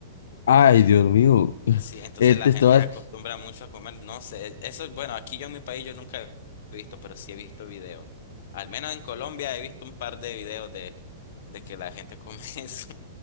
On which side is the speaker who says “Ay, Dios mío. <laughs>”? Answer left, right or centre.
Left